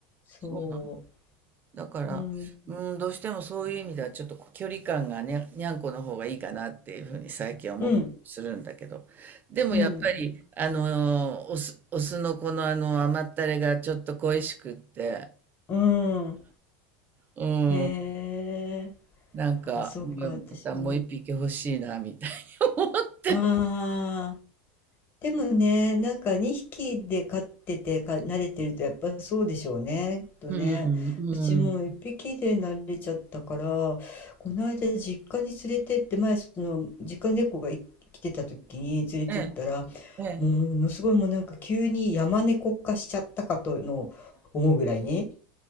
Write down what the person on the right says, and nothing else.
そうなの。だから、
うん、どうしてもそういう意味ではちょっと距離感がにゃ、にゃんこの方がいいかなっていうふうに最近は思ってするんだけど。
でもやっぱり、
あの、オス、オスのこのあの甘ったれがちょっと恋しくって、
うん、
なんか、
うんまたもう一匹欲しいな、
みたいに思って
うん、うん。
ええ、ええ。